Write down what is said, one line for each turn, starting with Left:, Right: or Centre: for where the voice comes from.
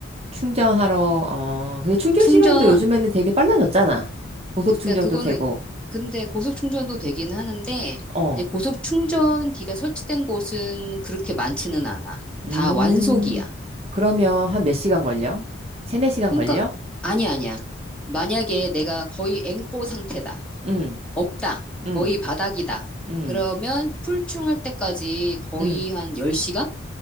Right: 충전하러, 어, 근데 충전
Centre: 음, 충전.
Right: 시간도 요즘에는 되게 빨라졌잖아. 고속
Centre: 그러니까
Right: 충전도
Centre: 그거는,
Right: 되고,
Centre: 근데 고속 충전도 되긴 하는데,
Right: 어,
Centre: 이제 고속 충전기가 설치된 곳은 그렇게 많지는 않아.
Right: 음,
Centre: 다 완속이야.
Right: 그러면 한 몇 시간 걸려? 세네 시간
Centre: 그러니까,
Right: 걸려?
Centre: 아니야, 아니야. 만약에 내가 거의 앵꼬 상태다.
Right: 응,
Centre: 없다.
Right: 응,
Centre: 거의 바닥이다.
Right: 응,
Centre: 그러면 풀충할 때까지 거의
Right: 응.
Centre: 한 10시간?